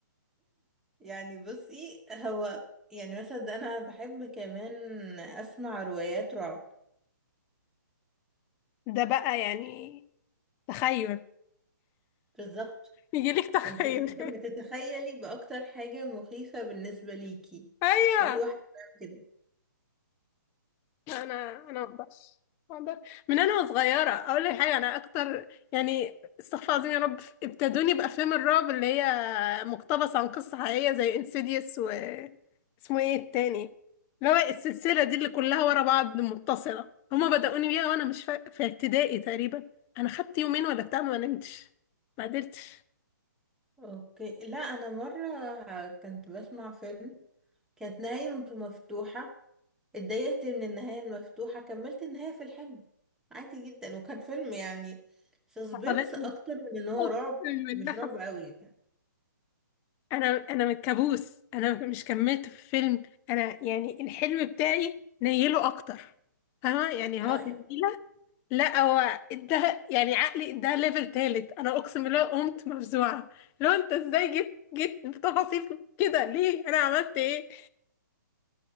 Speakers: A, in the centre; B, on the left (about 20°).
A: يعني بصي هو يعني مثلا ده انا بحب كمان اسمع روايات رعب
B: ده بقى يعني تخيل
A: بالظبط
B: يجيلك تخيل
A: فانت انت
B: <laughs>
A: لما تتخيلي باكتر حاجة مخيفة بالنسبة ليكي
B: ايوه
A: كل واحد بيعمل كده
B: انا انا ما اقدرش ما اقدرش من انا وصغيره اقول لك حاجه انا اكتر يعني استغفر الله العظيم يا رب ابتدوني بافلام الرعب اللي هي مقتبسه عن قصه حقيقيه زي انسيديوس و اسمه ايه التاني اللي هو السلسله دي اللي كلها ورا بعض متصله هما بدأوني بيها وانا مش فا... في ابتدائي تقريبا انا خدت يومين ولا بتاع ما نمتش ما قدرتش
A: اوكي لا انا مرة كنت بسمع فيلم كانت نهايته مفتوحة اتضايقت من النهاية المفتوحة كملت النهاية في الحلم عادي جدا وكان فيلم يعني
B: <laughs>
A: سسبنس
B: حصلت
A: اكتر
B: لي
A: من ان هو
B: اقسم
A: رعب
B: بالله
A: مش رعب قوي يعني
B: انا انا من كابوس انا مش كملت في الفيلم انا يعني الحلم بتاعي نيله اكتر فاهمه يعني
A: اه
B: هو تنيله لا هو ده يعني عقلي ده ليفل تالت انا اقسم بالله قمت مفزوعه لو انت ازاي جيت جيت بتفاصيل كده ليه انا عملت ايه